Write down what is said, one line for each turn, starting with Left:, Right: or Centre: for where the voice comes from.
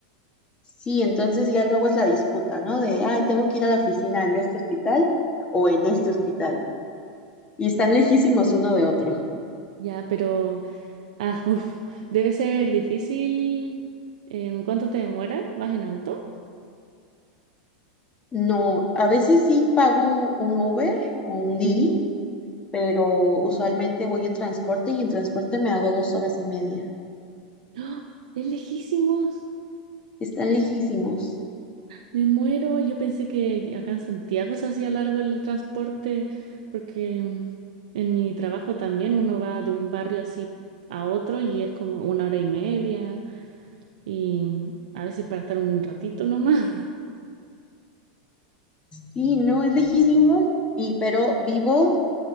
Left: Sí, entonces ya luego es la disputa, ¿no? De, ay, tengo que ir a la oficina en este hospital o en este hospital. Y están lejísimos uno de otro.
Right: Ya, pero, ah, <laughs> uf, debe ser difícil. Em, ¿cuánto te demora? ¿Vas en auto?
Left: No, a veces sí pago un, un Uber o un Didi,
Right: Ujú.
Left: pero usualmente voy en transporte y en transporte me hago dos horas y media.
Right: ¡Ah! es lejísimos.
Left: Están lejísimos.
Right: Me muero, yo pensé que acá en Santiago se hacía largo el transporte, porque en mi trabajo también uno va de un barrio así a otro y es como una hora y media, y a veces para estar un ratito nomás. <laughs>
Left: Sí, no, es lejísimo. Y pero vivo,